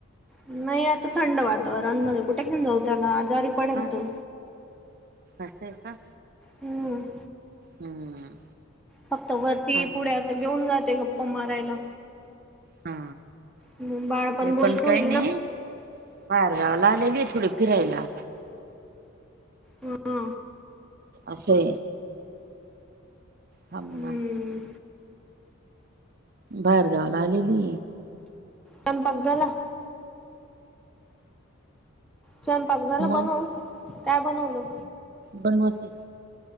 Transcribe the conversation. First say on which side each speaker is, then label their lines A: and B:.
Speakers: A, in the centre; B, on the right.
A: नाही आता थंड वातावरण मध्ये कुठे घेऊ जाऊ त्याला आजारी पडेल
B: हम
A: तो.
B: अस का
A: हम्म
B: हम्म
A: फक्त वरती
B: हा
A: पुढे असं घेऊन जाते गप्पा मारायला
B: हा
A: मग बाळ
B: मी
A: बोलकं
B: पण काय
A: होईल
B: नाही
A: ना.
B: बाहेरगावाला आलेली थोडी फिरायला
A: हा
B: अस असे थांना
A: हम्म
B: बाहेरगावला आलेली
A: संपाक झाला स्वयंपाक झाला
B: मग
A: बनवून काय बनवलं
B: बनवते